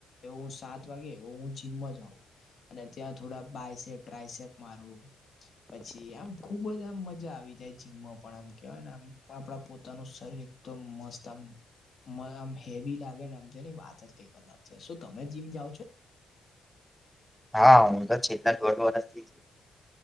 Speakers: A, on the left; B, in the centre.
A: એવું હું સાત વાગે હું જિમમાં જઉં અને ત્યાં થોડા બાયસેપ ટ્રાયસેપ મારુ પછી આમ ખુબ જ આમ મજા આવી જાય જીમમાં પણ આમ. કેવાય ને આમ આપડા પોતાનું શરીર તો મસ્ત આમ મેં આમ હેવી લાગે ને અની વાત જ કઈ અલ છે શું તમે જીમ જાઓ છો?
B: હા હું તો છેલ્લા દોઢ વર્ષથી